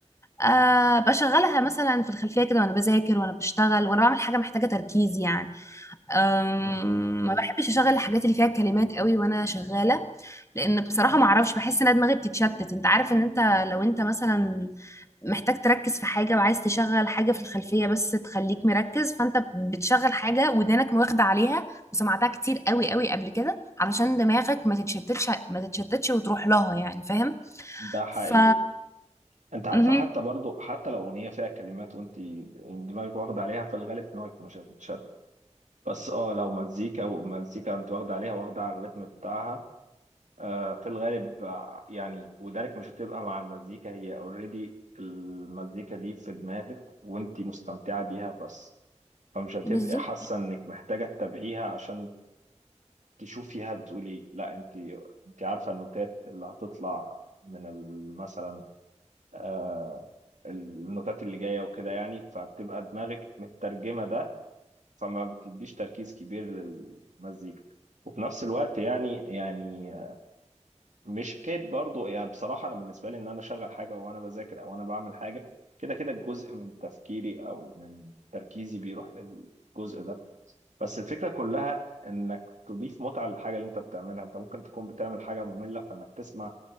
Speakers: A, on the left; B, on the right.
A: أه بشغلها مثلا في الخلفيه كده وانا بذاكر وانا بشتغل وانا بعمل حاجه محتاجه تركيز يعني أم،
B: مهم.
A: ما بحبش اشغل الحاجات اللي فيها كلمات قوي وانا شغاله لان بصراحه ما اعرفش بحس ان أنا دماغي بتتشتت انت عارف ان انت لو انت مثلا محتاج تركز في حاجه وعايز تشغل حاجه في الخلفيه بس تخليك مركز فانت بتشغل حاجه ودانك واخده عليها وسمعتها كتير قوي قوي قبل كده علشان دماغك ما تتشتتش ما تتشتتش وتروح لها يعني فاهم
B: ده حقيقي
A: ف
B: انت عارفة
A: مهم.
B: حتى برضو حتى لو أغنية فيها كلمات وانت دماغك واخدة عليها في الغالب دماغك مش هتتشتت بس اه لو مزيكا ومزيكا انت واخدة عليها واخدة على الريتم بتاعها آه، في الغالب آه، يعني ودانك مش هتبقى مع المزيكا هي اوريدي المزيكا دي في دماغك وانتي مستمتعة بيها بس فمش هتبقى
A: بالظبط
B: حاسة انك محتاجة تتابعيها عشان تشوفيها بتقول ايه لا انتي انتي عارفة النوتات اللي هتطلع من ال- مثلا آه، النوتات اللي جاية وكده يعني فبتبقى دماغك مترجمة ده فما بتديش تركيز كبير للمزيكا وفي نفس الوقت يعني يعني مش حكايه برضو يعني بصراحه انا بالنسبه لي ان انا اشغل حاجه وانا بذاكر او انا بعمل حاجه كده كده جزء من تفكيري او من تركيزي بيروح للجزء ده بس الفكره كلها انك تضيف متعه للحاجه اللي انت بتعملها انت ممكن تكون بتعمل حاجه ممله فانك تسمع